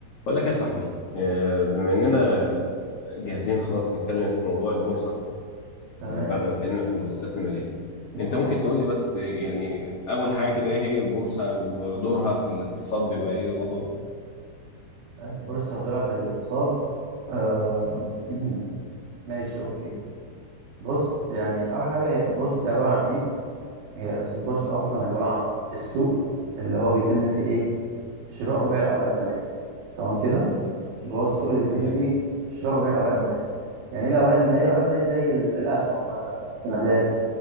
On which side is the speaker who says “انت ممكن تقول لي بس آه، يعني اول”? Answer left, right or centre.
Left